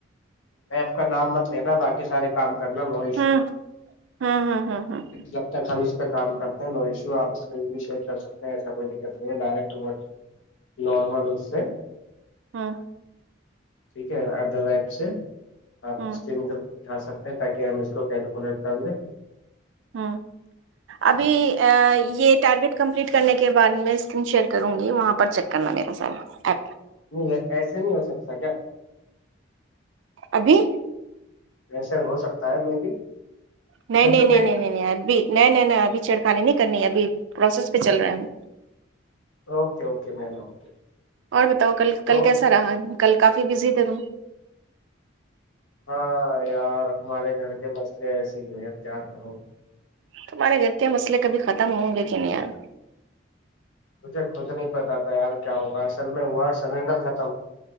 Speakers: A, on the left; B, on the right.
A: میں آپ کا نام مت لینا باقی سارے کام کرنا ہو
B: ہوں ہوں ہوں ہوں ہوں
A: جب تک ہم کام کرتا ہیں نو ایشو آپ اس شیئر کر سکتے ہیں ایسا کوئی دقت نہیں ہے ڈائریکٹ وٹ نارمل اس سے
B: ہاں
A: ٹھیک ہے آپ دادا ایپ سے آپ
B: ہوں
A: تو ھا سکتے ہیں تاکہ ہم اس کو کیلکولیٹ کر دیں
B: ہ ابھی یہ ٹارگٹ کمپلیٹ کرنے کے بعد میں اسکرین شیئر کروں گی وہاں پر چیک کرنا میرا سر ای
A: نہیں ایسے نہیں ہو سکتا کیا
B: ابھی
A: ویسے ہو سکتا ہے م بھی
B: نہیں
A: سدو
B: نہیں نہیں
A: پہ
B: نہیں نہیں نہیں ابھی نہیں نہیں نہیں ابھی چھڑکانی نہیں کرنی ابھی پروسیس پہ چل رہے ہیں ہم
A: اوکے اوکے بموکے
B: اور بتاؤ کل
A: تو
B: کل کیسا رہا کل کافی بزی تھے تم
A: ہاں یار ہمارے گھر کے مسئلے ایسے ہی ہیں تار رہو
B: تمہارے گھر کے مئل کب ختم ہوں گے کہ نہیں
A: مجھے خود نہیں پتا تھا یار کیا ہوگا اصل میں ہوا سلینڈر ختم